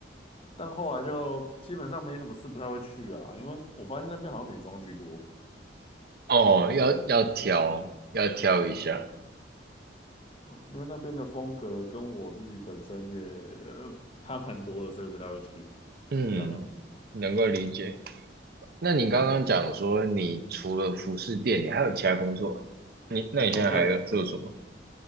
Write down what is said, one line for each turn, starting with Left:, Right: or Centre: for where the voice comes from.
Left: 但后来就基本上没什么事，不太会去啊，因为我发现那边好像女装居多，
Right: 哦，要要挑要挑一下。
Left: 嗯，因为那边的风格跟我自己本身也呃差蛮多的，所以不太会去
Right: 嗯，
Left: 去到那。
Right: 能够理解。那你刚刚讲说，你除了服饰店，你还有其他工作？你那你现在还有做什么？
Left: 哦，对，